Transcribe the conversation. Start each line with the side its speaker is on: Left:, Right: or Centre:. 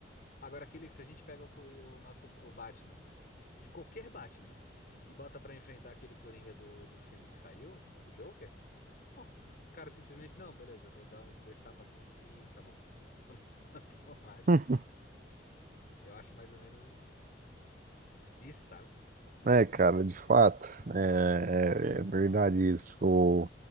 Left: Agora, aquele, se a gente pega o, co- o nosso o Batman, de qualquer Batman, e bota pra enfrentar aquele Coringa do, do filme que saiu, do Joker, ó, o cara simplesmente, não, beleza, vou dar um, dois tapas aqui em ti e acabou. Tu não, <laughs> tu não acha?
Right: <laughs>
Left: Eu acho mais ou menos isso, sabe?
Right: É, cara, de fato, é, é- é verdade isso. O,